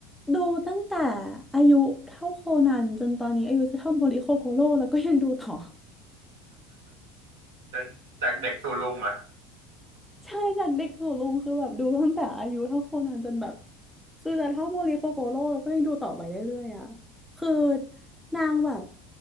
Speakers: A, in the centre; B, on the right.
A: ดูตั้งแต่อายุเท่าโคนันจนตอนนี้อายุจะเท่าโมริโคโกโร่แล้วก็ยังดูต่อ
B: จากจากเด็กสู่ลุงเหรอ
A: ใช่จากเด็กสู่ลุงคือแบบดูตั้งแต่อายุเท่าโคนันจนแบบคือจะเท่าโมริโคโกโร่แล้วก็ยังดูต่อไปเรื่อยๆอ่ะคือนางแบบ